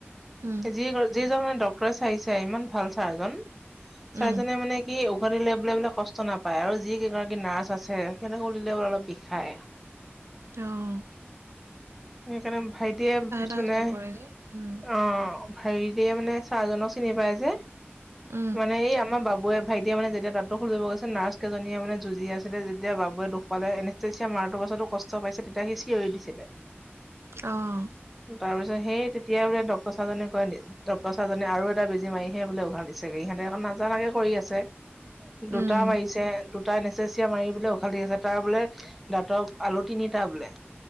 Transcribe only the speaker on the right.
উম
উম
আহ
তাহে
কাম কৰে যে উম
উম
আহ
উম